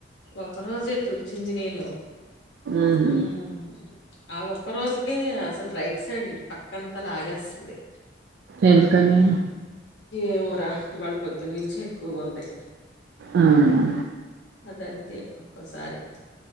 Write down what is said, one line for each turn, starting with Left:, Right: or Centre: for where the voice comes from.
Left: ఒక రోజే తుడిచింది నేను
Right: ఉహు
Left: ఉను ఆ ఒక్క రోజుకే అసలు రైట్ సైడ్ ఇటు పక్కంతా లాగేస్తాది
Right: ఎందుకని
Left: ఏమోరా ఇవాళ పొద్దున్న నుంచి ఎక్కువగా ఉంది
Right: అవునా
Left: అదంతే ఒక్కోసారి